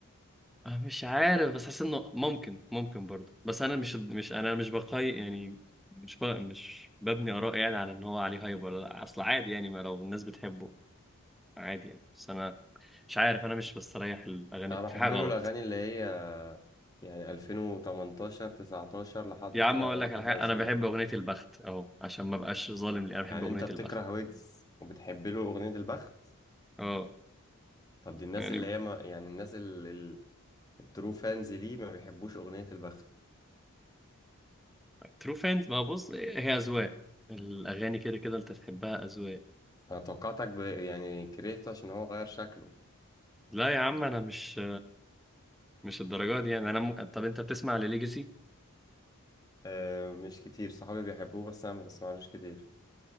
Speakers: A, in the centre; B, on the left.
A: آه مش عارف بس حاسس إنه ممكن ممكن برضه بس أنا مش مش أنا مش بقي يعني مش ب... مش ببني آراء يعني على إن هو عليه هايب ولا لأ أصل عادي يعني ما لو الناس بتحبه عادي يعني بس انا مش عارف انا مش بستريح الاغاني
B: انا بحب
A: في حاجه
B: له
A: غلط
B: الاغاني اللي هي يعني 2018 19 لحد
A: يا
B: كده
A: عم اقول لك
B: 21
A: على حاجه انا بحب اغنيه البخت اهو عشان ما بقاش ظالم لي انا بحب
B: يعني
A: اغنيه
B: انت بتكره
A: البخت
B: ويجز وبتحب له اغنية البخت
A: اه
B: طب دي الناس
A: يعني
B: اللي هي ما يعني الناس ال- ال- الترو فانز ليه ما بيحبوش اغنية البخت
A: ترو فانز ما بص هي اذواق الاغاني كده كده انت تحبها اذواق
B: انا توقعتك ب... يعني كرهته عشان هو غير شكله
A: لا يا عم انا مش مش الدرجات دي يعني انا م... طب انت بتسمع لليجاسي
B: أه مش كتير صحابي بيحبوه بس انا ما بسمعلوش كتير